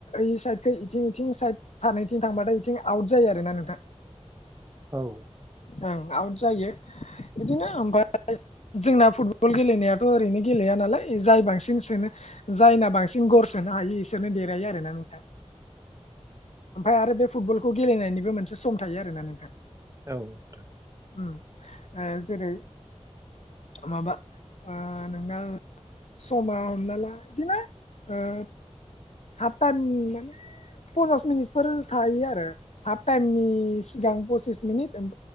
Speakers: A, on the left; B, on the right.
A: यै साइडखै इथिं इथिं साइड थानायथिं थांबाथाय इथिं आउट जायो आरोना नोंथां।
B: औ
A: ओं आउट जायो इदिनो ओमफाय जोंना फुटबल गेलेनायाथ' ओरैनो गेलेया नालाय जाय बांसिन सोनो जायना बांसिन गल होसोनो हायो इसोरनो देरहायो आरोना नोंथा। ओमफाय आरो बे फुटबलखौ गेलेनायनिबो मोनसे सम थायो आरोना नोंथां।
B: औ नोंथां।
A: उम ओ जेरै माबा ओ नोंना समा हमना ला इदिनो ओ हाफ टाइम माने पन्सास मिनिटफोर थायो आरो हाफ टाइमनि सिगां <unintelligible> पसिस मिनिट ओम